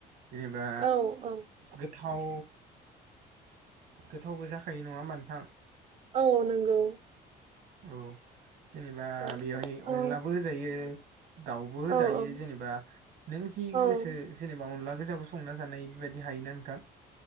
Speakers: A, on the right (about 70°); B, on the right (about 40°).
A: जेनेबा
B: औ औ
A: गोथाव गोथावबो जाखायो नङा होमबा नोंथां।
B: औ नंगौ।
A: औ जेनेबा
B: नोंथां
A: बेवहाय
B: औ
A: अनलाबो होजायो। दाउबो होजायो
B: औ औ
A: जेनेबा नों जि
B: औ
A: गोसो जेनेबा अनला गोजाबो संना जानाय बेबायदि हायोना नोंथां।